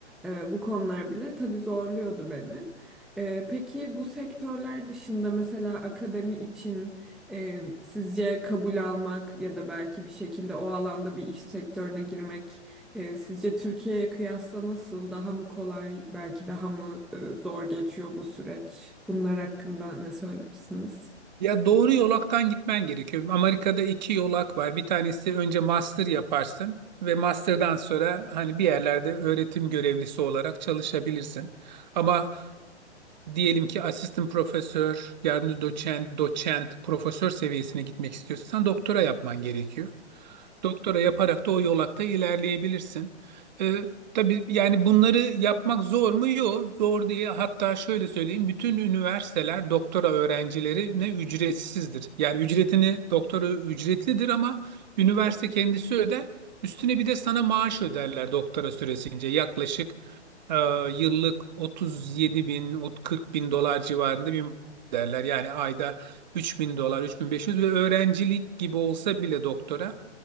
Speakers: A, in the centre; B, on the right.
A: Eee, bu konular bile tabii zorluyordu beni. Eee, peki bu sektörler dışında mesela akademi için e, sizce kabul almak ya da belki bir şekilde o alanda bir iş sektörüne girmek e, sizce Türkiye'ye kıyasla nasıl daha mı kolay, belki daha mı e, zor geçiyor bu süreç? Bunlar hakkında ne söylersiniz?
B: Ya doğru yolaktan gitmen gerekiyor. Amerika'da iki yolak var. Bir tanesi önce master yaparsın ve master'dan sonra hani bir yerlerde öğretim görevlisi olarak çalışabilirsin. Ama diyelim ki asistan profesör, yardımcı doçent, doçent, profesör seviyesine gitmek istiyorsan doktora yapman gerekiyor. Doktora yaparak da o yolakta ilerleyebilirsin. Ee, tabii yani bunları yapmak zor mu? Yok, zor değil. Hatta şöyle söyleyeyim, bütün üniversiteler doktora öğrencilerine ücretsizdir. Yani ücretini doktora ücretlidir ama üniversite kendisi öder. Üstüne bir de sana maaş öderler doktora süresince. Yaklaşık e, yıllık 37 bin, 40 bin dolar civarında bir derler. Yani ayda 3 bin dolar, 3500 ve öğrencilik gibi olsa bile doktora